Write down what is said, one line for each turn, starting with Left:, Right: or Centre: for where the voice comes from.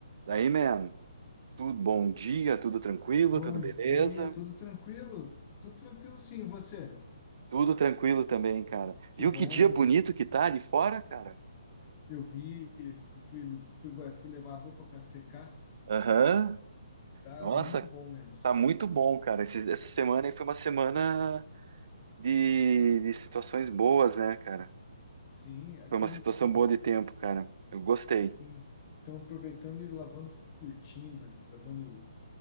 Right: Daí, man, tudo bom dia, tudo tranquilo,
Left: Bom
Right: tudo beleza?
Left: dia, tudo tranquilo? Tudo tranquilo, sim, e você?
Right: Tudo tranquilo também, cara.
Left: Que
Right: Viu
Left: bom.
Right: que dia bonito que tá ali fora, cara?
Left: Eu vi, eu fui, fui, gua- fui levar a roupa para secar.
Right: Aham.
Left: Tá
Right: Nossa,
Left: muito bom mesmo.
Right: tá muito bom, cara. Esse- essa semana aí foi uma semana de, de situações boas, né, cara?
Left: Sim, aqui
Right: Foi uma situação
Left: em-
Right: boa de tempo, cara. Eu gostei.
Left: aqui em- estão aproveitando e lavando cortina, lavando